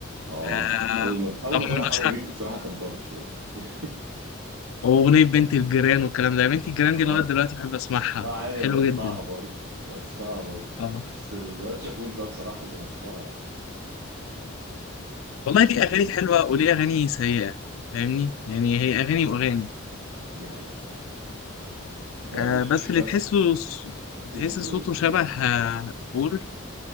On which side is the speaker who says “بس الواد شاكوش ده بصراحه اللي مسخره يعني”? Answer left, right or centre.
Right